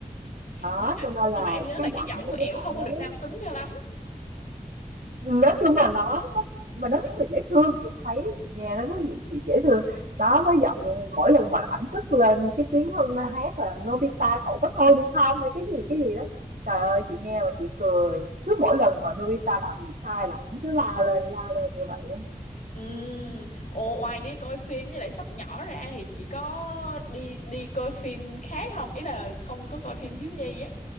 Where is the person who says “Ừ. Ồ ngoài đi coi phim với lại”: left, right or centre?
Left